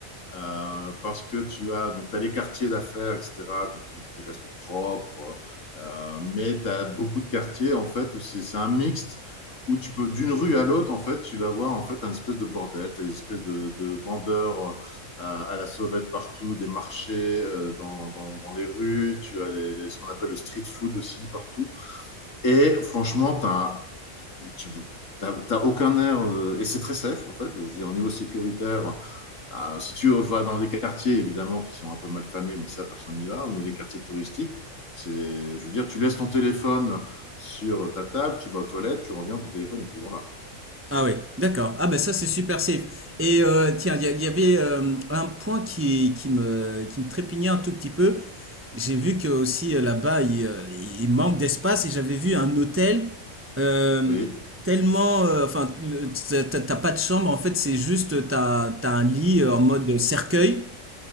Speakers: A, on the left (about 65°); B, on the right (about 15°).
A: euh, parce que tu as donc t'as les quartiers d'affaires, etc., donc qui, qui restent propres, euh, mais tu as beaucoup de quartiers en fait où c'est c'est un mixte où tu peux d'une rue à l'autre en fait tu vas voir en fait un espèce de bordel, tu as des espèces de, de vendeurs euh, à, à la sauvette partout, des marchés euh, dans, dans, dans les rues, tu as les, les- ce qu'on appelle le street food aussi partout. Et franchement, t'as, tu t'as, aucun air, euh, et c'est très safe en fait. Je veux dire, au niveau sécuritaire, euh, si tu vas dans des quartiers évidemment qui sont un peu mal famés, mais ça personne n'y va, mais les quartiers touristiques, c'est, je veux dire, tu laisses ton téléphone sur ta table, tu vas aux toilettes, tu reviens, ton téléphone est toujours là.
B: Ah oui, d'accord. Ah ben ça c'est super safe. Et euh, tiens, il y, a- il y avait euh, un point qui, qui me, qui me trépignait un tout petit peu. J'ai vu que aussi euh, là-bas il, euh, il manque d'espace et j'avais vu un hôtel euh,
A: Oui.
B: tellement, euh, enfin, le- t'as t'as- t'as pas de chambre en fait, c'est juste t'as t'as un lit euh, en mode cercueil,